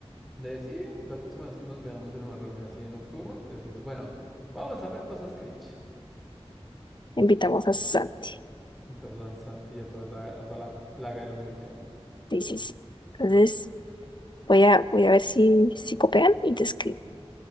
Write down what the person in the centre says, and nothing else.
De sí, la próxima vez que nos veamos en una reunión así nocturna, decimos, bueno, vamos a ver cosas cringe.
Invitamos a Santi y a toda la, a toda la plaga de la universidad.